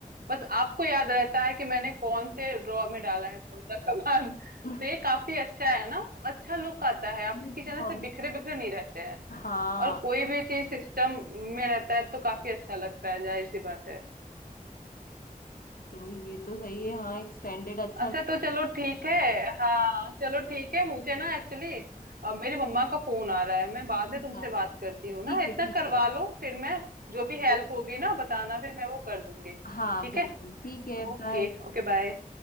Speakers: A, on the right (about 85°); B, on the left (about 75°).
A: बस आपको याद रहता है कि मैंने कौन से ड्रॉ में डाला है कौन सा <laughs> सामान
B: <laughs>
A: तो ये काफी अच्छा है ना तो अच्छा लुक आता है आपके
B: बहुत
A: किचन ऐसे बिखरे बिखरे नहीं रहते हैं
B: हाँ
A: और कोई भी चीज सिस्टम में रहता है तो काफी अच्छा लगता है जाहिर सी बात है
B: तो ये तो सही है हाँ एक स्टैंडर्ड अच्छा
A: अच्छा
B: लगता
A: तो चलो ठीक है हाँ चलो ठीक है मुझे ना एक्चुअली मेरी मम्मा का फोन आ रहा है मैं बाद में तुमसे
B: है।
A: बात करती हूँ ना
B: ठीक
A: इतना
B: है ठीक
A: करवा
B: है
A: लो फिर मैं जो भी हेल्प
B: तो
A: होगी ना बताना फिर मैं वो कर दूंगी
B: हाँ
A: ठीक
B: बिल्कुल
A: है
B: ठीक है
A: ओके
B: बाय
A: ओके बाय